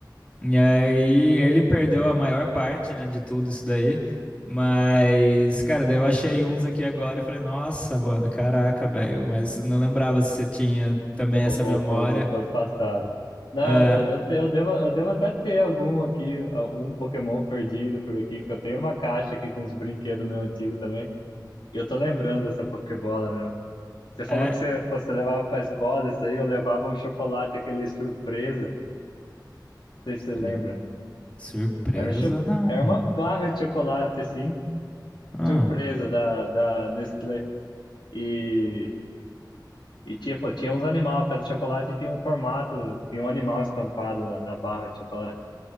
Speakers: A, on the left (about 15°); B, on the left (about 85°).
A: E aí ele perdeu a maior parte, né, de tudo isso daí. Mas, cara, daí eu achei uns aqui agora e falei, nossa, mano, caraca, velho. Mas não lembrava se você tinha também
B: Pô,
A: essa
B: voltou,
A: memória.
B: voltou pro passado. Não,
A: É,
B: eu, eu, te- eu devo, eu devo até ter algum aqui, um Pokémon perdido por aqui, que eu tenho uma caixa aqui com uns brinquedos meu antigo também. E eu tô lembrando dessa Pokébola mesmo. Você falou
A: é.
B: que você, pô, você levava para a escola, isso aí eu levava um chocolate, aquele surpresa, não sei se você
A: sur-
B: lembra.
A: Surpresa?
B: Era, um cho...
A: Não,
B: Era
A: mano.
B: uma barra de chocolate, assim,
A: Ah.
B: surpresa da, da Nestlé. E, e tipo, tinha uns animais, cada chocolate tinha um formato, tinha um animal estampado na, na barra de chocolate.